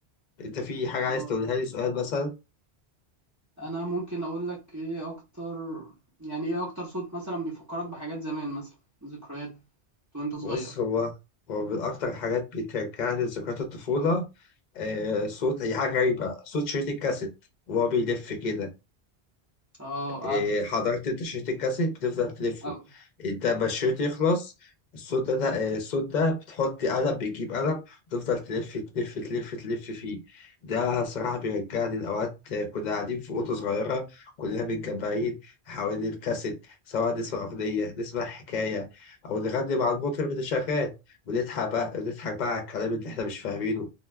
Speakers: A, on the left; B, on the right.
A: أنت في حاجة عايز
B: اه
A: تقولها
B: ده
A: لي سؤال مثلا
B: انا ممكن اقول لك ايه اكتر يعني ايه اكتر صوت مثلا بيفكرك بحاجات زمان مثلا ذكريات وانت صغير
A: بص هو هو من أكتر حاجات بترجعني لذكريات الطفولة آه صوت هي حاجة غريبة صوت شريط الكاسيت وهو بيلف كده
B: اه
A: إيه،
B: عارف
A: حضرت انت شريط الكاسيت بتفضل تلفه
B: اه
A: انت ما الشريط يخلص الصوت ده ده- إيه، الصوت ده بتحط قلم بتجيب قلم تفضل تلف تلف تلف تلف فيه ده صراحة بيرجعني لأوقات آه، كنا قاعدين في أوضة صغيرة كلنا متجمعين حوالين الكاسيت سواء نسمع أغنية نسمع حكاية أو نغني مع المطرب اللي شغال ونضحك بقى نضحك بقى على الكلام اللي إحنا مش فاهمينه